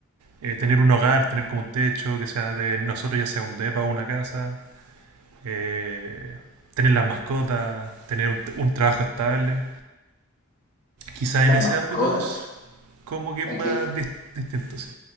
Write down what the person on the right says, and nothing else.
eh, tener un hogar, tener como un techo que sea de nosotros, ya sea un depa o una casa, eh, tener las mascotas, tener un, un trabajo estable. Quizás
en ese
ámbito es como que es
más dis- distinto, sí.